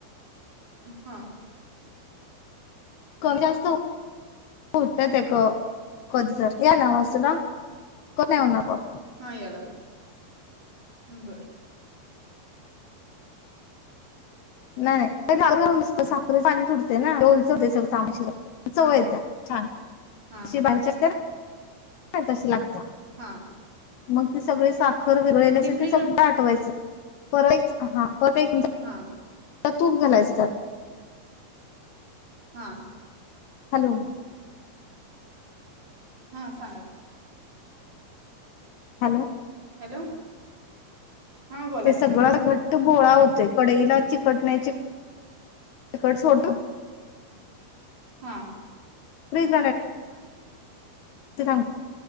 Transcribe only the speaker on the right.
हा.
हा याय लागलं बरं.
हां हां
हां
हां
हा.
फ्रीज
हां
हा.
हा सांगा.
हॅलो. हां बोला
की
हा.